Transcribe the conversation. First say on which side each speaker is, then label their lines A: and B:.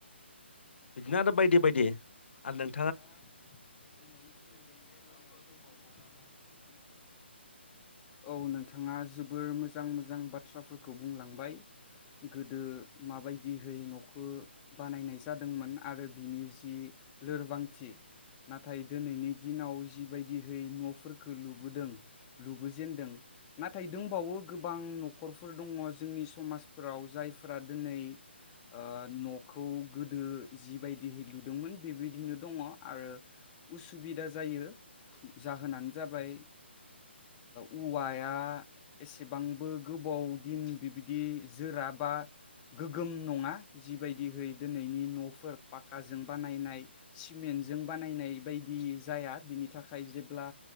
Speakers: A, on the left; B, on the left.
A: इदिनो आरो बायदि बायदि आरो नों
B: आ बै न'नि सोमोन्दै एसे माबाफोर बुंबावनोब्ला बुंनो हागोन औ नोंथाङा जो बोर मोजां मोजां बाथ्राफोरखौ बुंलांबाय गोदो माबायदिहै न' खो बानायनाय जादोंमोन आरो बिनि जि लोरबांथि नाथाय दिनैनि दिनाव जिबायदिहै न'फोरखौ लुबोदों लुबोजेनदों नाथाय दंबावो गोबां न'खरफोर दङ जोंनि समाजफोराव जायफोरा दोनै ओ न'खौ गोदो जिबायदिहै लुदोंमोन बिबोयदिनो दङ आरो उसुबिदा जायो जाहोनानो जाबाय ओ औवाया एस एसेबांबो गोबाव दिन बिबि दि जोरा बा गोगोम नङा जिबायदिहै दिनैनि न'फोर पाक्काजों बानायनाय सिमेन्टजों बानायनाय बायदि जाया बिनि थाखाय जेब्ला